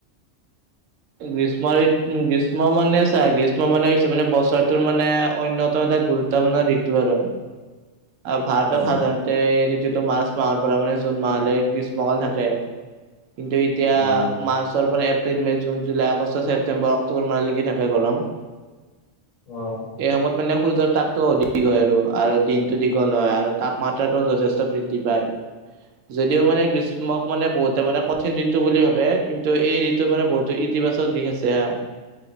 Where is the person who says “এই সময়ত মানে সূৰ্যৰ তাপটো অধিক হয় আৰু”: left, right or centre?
Right